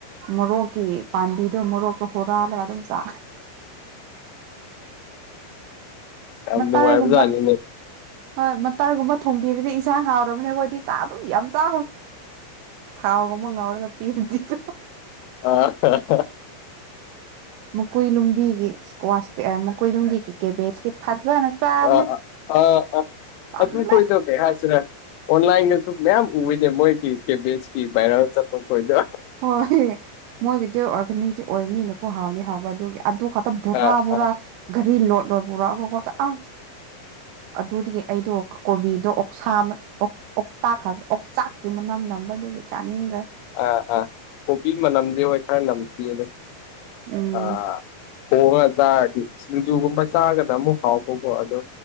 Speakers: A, on the right (about 85°); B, on the left (about 90°).
A: ꯃꯣꯔꯣꯛꯀꯤ ꯄꯥꯝꯕꯤꯗꯣ ꯃꯣꯔꯣꯛꯇꯣ ꯍꯨꯔꯥꯜꯂꯒ ꯑꯗꯨꯝ ꯆꯥ
B: ꯌꯥꯝ
A: ꯃꯇꯥꯏꯒꯨꯝꯕ
B: ꯅꯨꯡꯉꯥꯏꯕꯖꯥꯠꯅꯤꯅꯦ
A: ꯍꯣꯏ ꯃꯇꯔꯒꯨꯝꯕ ꯊꯣꯡꯕꯤꯔꯗꯤ ꯏꯟꯁꯥꯡ ꯍꯥꯎꯔꯕꯅꯤ ꯑꯩꯈꯣꯏꯗꯤ ꯆꯥꯛ ꯑꯗꯨꯝ ꯌꯥꯝ ꯆꯥ ꯊꯥꯎꯒꯨꯝ ꯑꯃ ꯉꯥꯎꯔꯒ ꯄꯤꯔꯗꯤꯀꯣ
B: ꯑ
A: ꯃꯀꯣꯏ ꯅꯨꯡꯗꯤꯒꯤ ꯏꯁꯀ꯭ꯋꯥꯁꯇ ꯃꯀꯨꯏ ꯅꯨꯡꯗꯤꯒꯤ ꯀꯦꯕꯦꯠꯁꯤ ꯐꯖꯅ ꯆꯥꯕꯅꯦ
B: ꯑ ꯑ ꯑꯥ ꯑ
A: ꯇꯜꯂꯦ
B: ꯑꯝ ꯄꯣꯏ ꯇ UNINTELLIGIBLE ꯀꯩ ꯍꯥꯏꯁꯤꯅ ꯑꯣꯟꯂꯥꯏꯟꯗꯁꯨ ꯃꯌꯥꯝ ꯎꯏꯅꯦ ꯃꯣꯏꯒꯤ ꯀꯦꯕꯤꯁꯀꯤ ꯚꯥꯏꯔꯦꯜ ꯆꯠꯄ ꯈꯣꯏꯗꯣ
A: ꯍꯣꯢ ꯃꯣꯏꯒꯤꯗꯤ ꯑꯣꯔꯒꯥꯅꯤꯛꯇꯤ ꯑꯣꯏꯕꯅꯤꯅꯀꯣ ꯍꯥꯎꯗꯤ ꯍꯥꯎꯕ ꯑꯗꯨꯒꯤ ꯑꯗꯨ ꯈꯛꯇ
B: ꯑꯥ
A: ꯕꯣꯔꯥ ꯕꯣꯔꯥ
B: ꯑꯥ
A: ꯘꯔꯤ ꯂꯣꯠ ꯂꯣꯠ ꯄꯨꯔꯛꯒꯀꯣ ꯑ ꯑꯗꯨꯗꯒꯤ ꯑꯩꯗꯣ ꯀꯣꯕꯤꯗꯣ ꯁꯥꯕ ꯑꯣꯇꯥꯛ ꯍꯥꯏꯕ ꯑꯣꯆꯥꯛꯀꯤ ꯃꯅꯝ ꯅꯝꯕꯗꯨꯒꯤ ꯆꯥꯅꯤꯡꯗ꯭ꯔꯦ
B: ꯑꯥ ꯑꯥ ꯀꯣꯕꯤ ꯃꯅꯝꯗꯤ ꯍꯣꯏ ꯈꯔ ꯅꯝꯊꯤꯗ
A: ꯎꯝ
B: ꯑꯥꯥ ꯊꯣꯡꯉꯒ ꯆꯥꯔꯗꯤ ꯁꯤꯡꯖꯨꯒꯨꯝꯕ ꯆꯥꯒꯅ ꯑꯃꯨꯛ ꯍꯥꯎꯕꯀꯣ